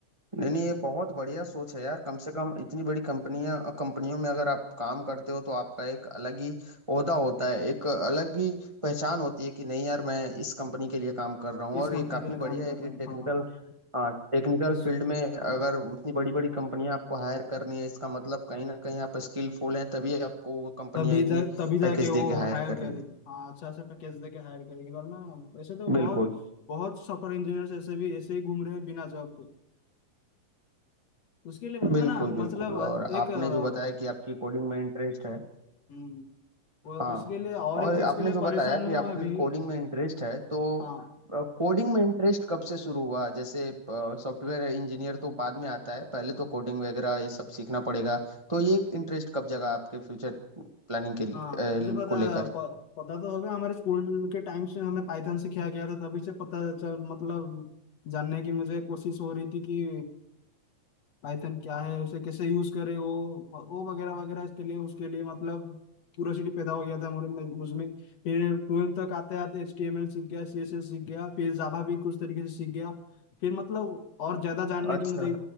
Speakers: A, on the right; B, on the left.
A: नहीं नहीं ये बहुत बढ़िया सोच है यार कम से कम इतनी बड़ी कंपनियां कंपनियों में अगर आप काम करते हो तो आपका एक अलग ही ओहदा होता है एक अलग ही पहचान होती है कि नहीं यार मैं इस कंपनी के लिए काम कर रहा हूँ
B: इस
A: और
B: कंपनी
A: ये काफी
B: के लिए काम
A: बढ़िया
B: कर
A: है कि
B: रहा हूँ
A: टेक्निकल
B: हाँ
A: हाँ टेक्निकल
B: तभी
A: फील्ड में अगर उतनी बड़ी बड़ी कंपनियां आपको हायर करनी है इसका मतलब कहीं ना कहीं आप स्किलफुल हैं तभी आपको वो कंपनियां
B: जा
A: इतनी
B: तभी जाके
A: पैकेज
B: वो
A: दे के हायर
B: हायर
A: कर रही
B: करेगी
A: हैं
B: हाँ अच्छा अच्छा पैकेज देके हायर करेगी वरना ऐसे तो
A: बिल्कुल
B: बहुत बहुत सॉफ्टवेयर इंजीनियर्स ऐसे भी ऐसे ही घूम रहे हैं बिना जॉब के उसके लिए बता
A: बिल्कुल,
B: ना मतलब
A: बिल्कुल और
B: एक
A: आपने
B: अ,
A: जो बताया कि आपकी कोडिंग में इंटरेस्ट है
B: हम्म, वो
A: हाँ,
B: उसके लिए और
A: और
B: एक चीज
A: आपने
B: के लिए
A: जो बताया
B: परेशान
A: कि
B: हूँ
A: आपकी
B: अभी
A: कोडिंग में इंटरेस्ट है तो
B: हाँ
A: अ, कोडिंग में इंटरेस्ट कब से शुरू हुआ जैसे सॉफ्टवेयर इंजीनियर तो बाद में आता है पहले तो कोडिंग वगैरह ये सब सीखना पड़ेगा तो ये इंटरेस्ट कब जगा आपके फ्यूचर प्लानिंग के अ,
B: हाँ तुझे पता
A: को लेकर
B: प, पता तो होगा हमारे स्कूल के टाइम से हमें पाइथन सिखाया गया था तभी से पता चल मतलब जानने की मुझे कोशिश हो रही थी कि पाइथन क्या है उसे कैसे यूज करे वो वो वगैरह वगैरह इसके लिए उसके लिए मतलब क्यूरियोसिटी पैदा हो गया था मुझे मुझमें फिर ट्वेल्थ तक आते आते एच टी एम एल सीख गया सी एस एस सीख गया फिर जावा भी कुछ तरीके से सीख गया फिर मतलब और ज्यादा जानने
A: अच्छा
B: की मुझे